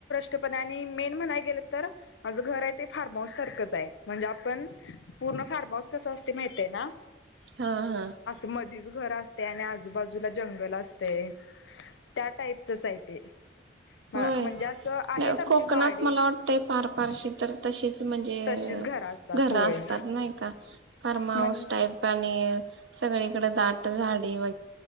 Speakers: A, on the left; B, on the right.
A: तेपण आणि मेन म्हणाय गेलं तर, माझं घर हाय ते फार्महाऊस सारखंच आय. म्हणजे आपण तुला फार्महाऊस कसं असतंय माहितय ना?
B: हां-हां.
A: मधीच घर असतंय आणि आजूबाजूला जंगल असतंय. त्या टाईपचच आय ते. म्हणजे
B: होय?
A: असं आहेत आमची
B: कोकणात
A: वाडे
B: मला वाटतंय फार फारशी तर तशीच म्हण ज्य
A: तशीच घरं असतात
B: घरं
A: होय
B: असतात नाही का, फार्म हाऊस
A: म्हण
B: टाईप आणि सगळीकडे दाट झाडी व